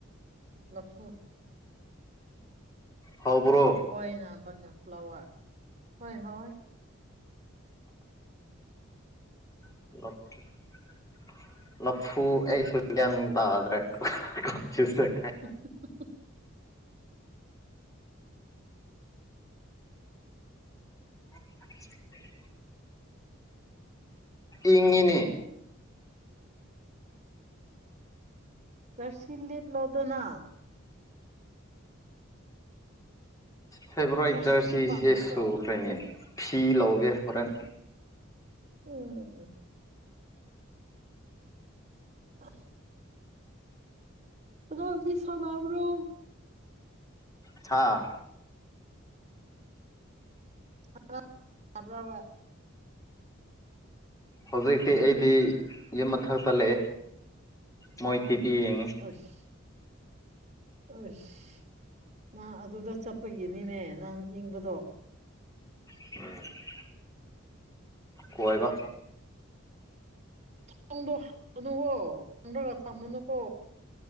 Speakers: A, on the right; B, on the left.
A: ꯂꯐꯨ
B: ꯍꯥꯎꯕꯣꯔꯣ
A: ꯈꯣꯏꯅ ꯕꯟꯅꯥ ꯐ꯭ꯂꯣꯋꯔ ꯍꯣꯏ ꯍꯥꯎꯋꯦ
B: <unintelligible> ꯂꯐꯨ ꯑꯩꯁꯨꯨ ꯒꯌꯦ꯭ꯟ ꯇꯗ꯭ꯔꯦ ꯀꯟꯐꯤꯌꯨꯁ ꯆꯠꯈ꯭ꯔꯦ
A: <unintelligible>
B: <inaudible> ꯏꯪꯉꯦꯅꯦ
A: ꯖꯥꯔꯁꯤ ꯂꯤꯠꯂꯣꯗꯅ
B: ꯐꯦꯕ꯭ꯔꯥꯏꯠ
A: ꯖꯔꯁꯤꯗꯤ
B: ꯖꯔꯁꯤꯁꯦ
A: ꯄꯥꯝꯗꯕ꯭ꯔꯣ
B: ꯁꯨꯈ꯭ꯔꯦꯅꯦ ꯐꯤ ꯂꯧꯒꯦ ꯍꯣꯔꯦꯟ
A: ꯎꯝ <unintelligible> ꯑꯗꯣ ꯍꯧꯖꯤꯛ ꯁꯅꯕ꯭ꯔꯣ
B: ꯁꯥ
A: <unintelligible> ꯕ꯭ꯔꯥꯕ
B: ꯍꯧꯖꯤꯛꯇꯤ ꯑꯩꯗꯤ ꯌꯨꯝ ꯃꯊꯛꯇ ꯂꯩꯌꯦ ꯃꯣꯏ ꯇꯤꯚꯤ ꯌꯦꯡꯉꯤ
A: ꯑꯁ ꯑꯁ ꯅꯪ ꯑꯗꯨꯗ ꯆꯠꯄꯒꯤꯅꯤꯅꯦ ꯅꯪ ꯏꯪꯕꯗꯣ
B: <unintelligible> ꯀꯣꯏꯕ
A: ꯊꯣꯡꯗꯣ <unintelligible> ꯅꯨꯀꯣ ꯍꯥꯡꯔꯒ ꯊꯝꯃꯅꯨꯀꯣ